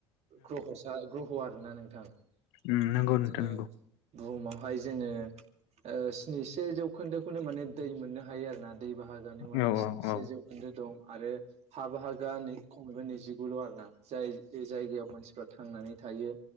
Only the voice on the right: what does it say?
ग्रह'सा ग्रह' आरोना नोंथां
बिदिनो
बुहुमावहाय जोङो ओ स्निसे जौखोन्दोखौनो माने दै मोननो हायो आरोना दै बाहागोयानो माने
स्निसे
जौखोन्दो दं आरो हा बाहागोया <unintelligible> गुल' आर ना जाय जायगायाव मानसिफ्रा थांनानै थायो